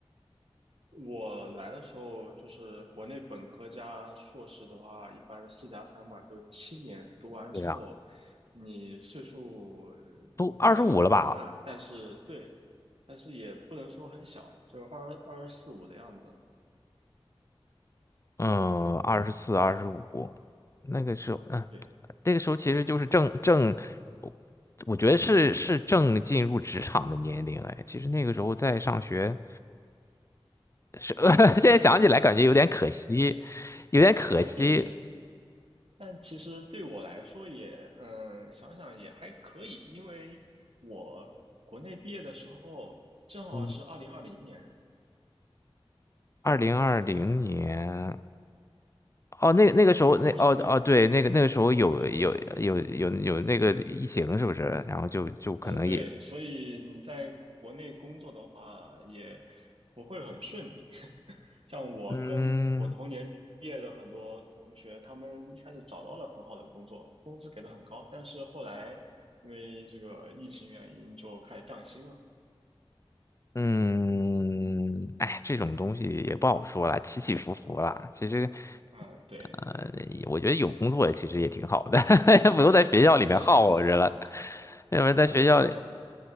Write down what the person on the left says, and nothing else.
对呀，
都二十五了吧？
嗯，二十四、二十五，那个时候，嗯，
那个时候其实就是正正，我我觉得是是正进入职场的年龄。哎，其实那个时候在上学。是，<laughs> 现在想起来感觉有点可惜，有点可惜。
嗯，二零二零年，哦，那那个时候，
那哦哦，对，那个那个时候有有有有有那个疫情，
是不是？然后就就可能也，
嗯，
嗯，哎，这种东西也不好说了，起起伏伏了。其实，
呃，我觉得有工作其实也挺好的，<laughs> 不用在学校里面耗着了。
要不然在学校里，